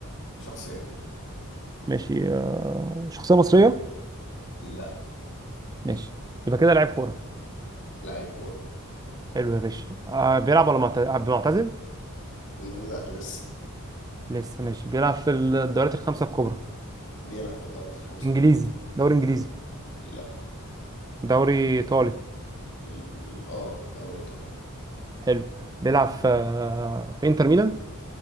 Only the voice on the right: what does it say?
ماشي آه شخصية مصرية
ماشي يبقى كده لعيب كورة
حلو يا باشا آه بيلعب ولا معت- آه، معتزل
لسه ماشي بيلعب في الدوريات الخمسة الكبرى
انجليزي
دوري انجليزي
دوري ايطالي
حلو بيلعب في آه، في انتر ميلان